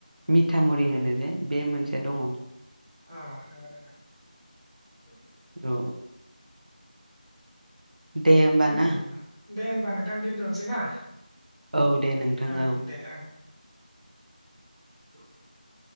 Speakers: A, on the right; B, on the right.
A: मिथा मरि होनो। <unintelligible> बे मोनसे दङ औ
B: ओ नोंगौ ना <unintelligible> <inaudible>
A: औ। दे होमबा
B: नों
A: ना।
B: दे होनबा नोंथां दोनथ'नोसै ना।
A: औ दे नोंथां
B: ओं
A: औ।
B: दे ओं
A: <inaudible>